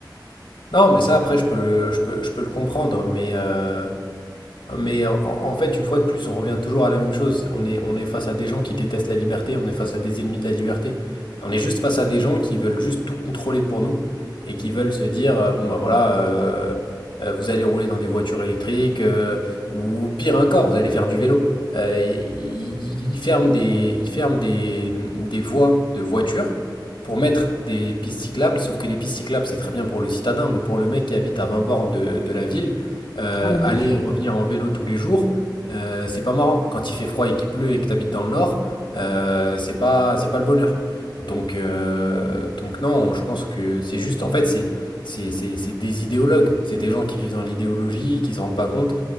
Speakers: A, on the left; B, on the left.
A: Non, mais ça, après, je peux le, je peux, je peux le comprendre, mais, euh, Hein, Mais en, en fait, une fois de plus, on revient toujours à la même chose. On est, on est face à des gens qui détestent la liberté, on est face à des ennemis de la liberté. On est juste face à des gens qui veulent juste tout contrôler pour nous et qui veulent se dire, euh, bon ben voilà, euh, euh, vous allez rouler dans des voitures électriques euh, ou pire encore, vous allez faire du vélo. Euh, ils, ils- ils ferment des, ils ferment des, des voies de voitures pour mettre des pistes cyclables, sauf que les pistes cyclables, c'est très bien pour le citadin, mais pour le mec qui habite à 20 bornes de de la ville, euh,
B: Ah, bah, bien
A: aller
B: sûr.
A: et revenir en vélo tous les jours, euh, c'est pas marrant. Quand il fait froid et qu'il pleut et que tu habites dans le nord, euh, c'est pas, c'est pas le bonheur. Donc, euh, donc non, je pense que c'est juste, en fait, c'est, c'est, c'est, c'est des idéologues, c'est des gens qui vivent dans l'idéologie, qui se rendent pas compte